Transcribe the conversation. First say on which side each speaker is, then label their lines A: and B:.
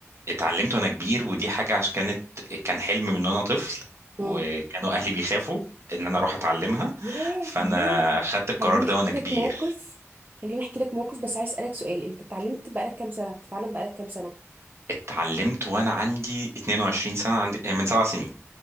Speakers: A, on the right; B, on the right.
A: اتعلمت وانا كبير ودي حاجه عشان كانت كان حلم من وانا طفل وكانوا
B: مم.
A: اهلي بيخافوا ان انا اروح اتعلمها
B: ياه
A: فانا
B: ياه
A: خدت القرار
B: خليني
A: ده
B: احكي
A: وانا كبير
B: لك موقف خليني احكي لك موقف بس عايز اسألك سؤال انت اتعلمت بقالك كام سنة؟ بتتعلم بقالك كام سنة؟
A: اتعلمت وانا عندي 22 سنه عندي آه، من سبع سنين